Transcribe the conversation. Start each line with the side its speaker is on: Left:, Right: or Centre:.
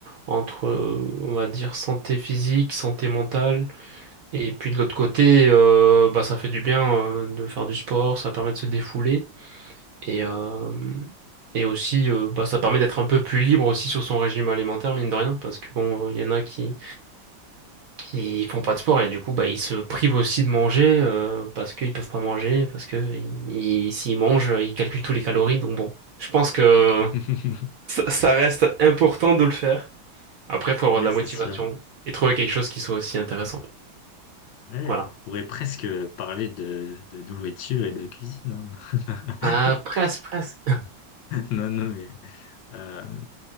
Right: entre, euh, on va dire, santé physique, santé mentale Et puis de l'autre côté, euh, bah ça fait du bien euh, de faire du sport, ça permet de se défouler et euh, et aussi euh, bah ça permet d'être un peu plus libre aussi sur son régime alimentaire mine de rien parce que bon il y en a qui qui font pas de sport et du coup bah ils se privent aussi de manger euh, parce qu'ils peuvent pas manger parce que ils- ils- s'ils mangent ils calculent tous les calories donc bon je pense que
Left: <laughs>
Right: ça, ça reste important de le faire. Après faut avoir
Left: Oui,
Right: de la
Left: c'est
Right: motivation
Left: sûr.
Right: et trouver quelque chose qui soit aussi intéressant.
Left: Ouais,
Right: Voilà.
Left: on pourrait presque parler de, de nourriture et de cuisine. hein.
Right: Ah
Left: <laughs>
Right: presque presque.
Left: Non, non, mais euh,